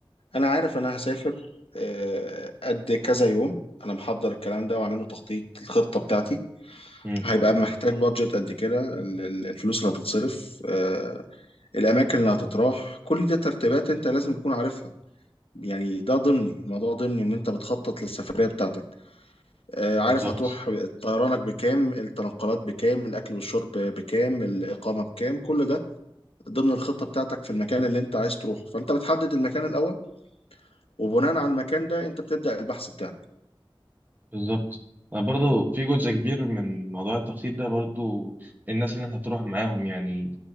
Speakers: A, on the left; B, on the right.
A: انا عارف انا هسافر آه قد كذا يوم انا محضر الكلام ده وعامله تخطيط الخطه بتاعتي
B: مم.
A: هيبقى محتاج بادجت قد كده ال- ال- الفلوس اللي هتتصرف آه الاماكن اللي هتتراح كل دي ترتيبات انت لازم تكون عارفها يعني ده ضمني الموضوع ضمني ان انت بتخطط للسفريه بتاعتك آه،
B: بالظبط
A: عارف هتروح طيرانك بكام التنقلات بكام الأكل والشرب بكام الإقامة بكام كل ده ضمن الخطة بتاعتك في المكان اللي أنت عايز تروحه فأنت بتحدد المكان الأول وبناء على المكان ده أنت بتبدأ البحث بتاعك
B: بالظبط أنا برضه في جزء كبير من موضوع التخطيط ده برضه الناس اللي أنت هتروح معاهم يعني